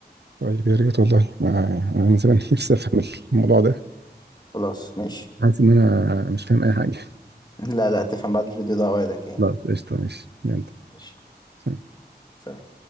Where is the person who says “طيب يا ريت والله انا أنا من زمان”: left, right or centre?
Right